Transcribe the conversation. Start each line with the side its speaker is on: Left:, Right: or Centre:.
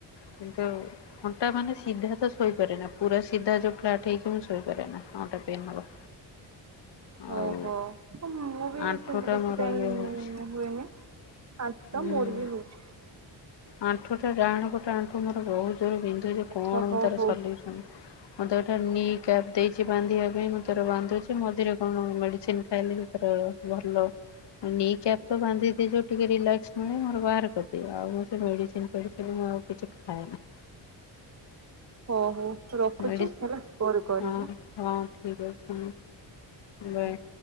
Left: କିନ୍ତୁ ଓଟା ମାନ ସିଧା ତ ଶୋଇପାରେ ନା ପୁରା ସିଧା ଚୁଖେ ଆଠେଇକମି ଶୋଇପାରେ ନା ପେନ୍ ହବ। ଆଉ
Right: ଓହୋ। ହ ମୁଁ ବି
Left: ଆଣ୍ଠୁଟା
Right: ସେମିତି ବେଶୀ
Left: ମୋର
Right: ସେ
Left: ଇଏ ହଉଛି
Right: ହୁଏନି ଆଠୁ ତ
Left: ଉଁ
Right: ମୋର ବି ହଉଛି।
Left: ଆଣ୍ଠୁଟା ଡାହାଣ ପଟ ଆଣ୍ଠୁ ମୋର ବହୁତ ଜୋର ବିନ୍ଧୁଚି କଣ
Right: ଆଚ୍ଛା
Left: ମୁଁ
Right: ହଉ
Left: ତାର
Right: ହଉ
Left: ସଲିଉସନ ମୁଁ ଏଟା ନିିକ୍ୟାପ ଦେଇଛି ବାନ୍ଧିବା ପାଇଁ ମୁଁ ତୋର ବାନ୍ଧୁଛି ମଝିରେ କଣ ମେଡ଼ିସିନ ଖାଇଲି <unintelligible> ଭଲ। ନିକ୍ୟାପ ତ ବାନ୍ଧିଦି ଯୋଉ ଟିକେ ରିଲାକ୍ସ ମିଳେ ମୋର ବାହାର କରିଦିଏ ଆଉ ସେ ମେଡ଼ିସିନ ଫେଡିସିନ ମୁଁ ଆଉ କିଛି ଖାଏନି।
Right: ହୋ ହୋଉ ରଖୁଛି
Left: ମେଡିସି
Right: ହେଲା। ପରେ କରିବି
Left: ହଁ ହଁ ଠିକ୍ ଅଛି ବାଏ।
Right: ଆଁ